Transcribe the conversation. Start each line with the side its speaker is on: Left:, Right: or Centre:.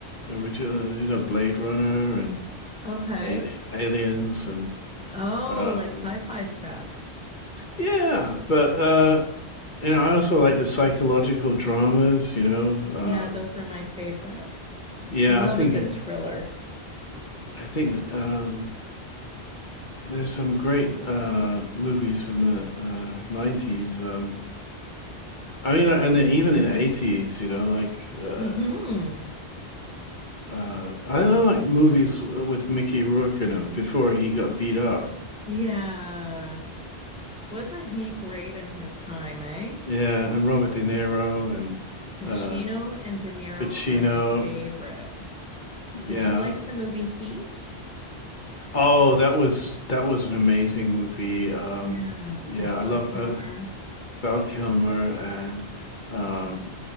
Left: original, you know, Blade Runner and
Centre: Okay.
Left: Ali- Aliens, and
Centre: Oh,
Left: um,
Centre: like sci-fi stuff.
Left: yeah, but uh, and I also like the psychological dramas, you know.
Centre: Yeah, those
Left: Um,
Centre: are my favorite.
Left: yeah,
Centre: I love
Left: I think
Centre: a good
Left: it-
Centre: thriller.
Left: I think um, there's some great uh, movies from the uh, 90s. Um, I mean, like, and then even in the 80s, you know, like uh,
Centre: hmm
Left: Uh, I, I like movies w- with Mickey Rourke in them before he got beat up.
Centre: Yeah. Wasn't he great in his time, eh?
Left: Yeah, and Robert De Niro and
Centre: Pacino
Left: uh,
Centre: and De Niro
Left: Pacino.
Centre: are my favorite.
Left: Yeah.
Centre: Did you like the movie Heat?
Left: Oh, that was that was an amazing movie. Um,
Centre: Yeah,
Left: yeah,
Centre: with Val
Left: I love
Centre: Kilmer.
Left: uh, Val Kilmer, and um,